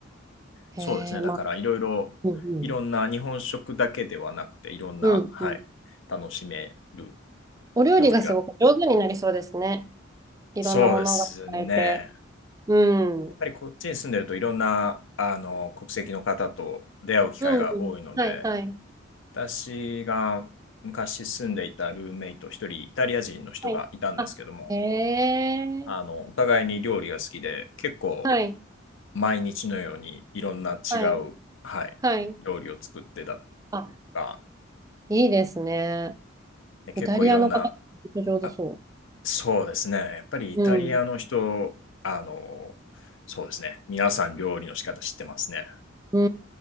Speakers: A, on the right (about 15°); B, on the left (about 65°).
A: へえ、
B: そうですね。だからいろいろ、
A: まあ、うんうん。
B: いろんな日本食だけではなくて、いろんな、
A: うんうん。
B: はい、楽しめる
A: お料理がすごく上手になりそうですね。
B: 料理が。
A: いろんなものが使えて。
B: そうですね。
A: う
B: やっぱりこっちに住んでるといろんなあの国籍の方と出会う機会が多いので、
A: ん。うんうん。はいはい。
B: 私が昔住んでいたルーメイト一人イタリア人の人がいたんですけども、
A: はい。あ、へえ。
B: あのお互いに料理が好きで、結構
A: はい
B: 毎日のようにいろんな違う、
A: はい
B: はい、
A: はい。
B: 料理を作ってたと
A: あ、
B: か、
A: いいですね。
B: で結構いろんな、
A: イタリアの方、本当上手そ
B: あ、そうですね。やっぱりイタリアの人、
A: う。うん。
B: あの、そうですね。皆さん料理の仕方知ってますね。
A: うー